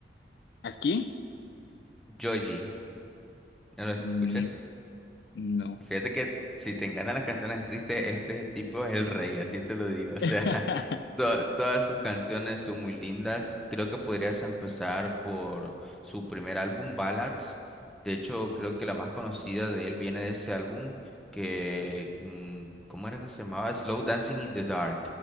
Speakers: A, on the left; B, in the centre.
A: ¿Aquí?
B: Joji, ¿no lo escuchas?
A: Mm, no.
B: Fíjate que si te encantan las canciones tristes, este tipo es el rey, así te lo digo. O sea,
A: <laughs>
B: <laughs> to- todas sus canciones son muy lindas. Creo que podrías empezar por su primer álbum, Ballads. De hecho, creo que la más conocida de él viene de ese álbum que, mm, ¿cómo era que se llamaba? Slow Dancing in the Dark.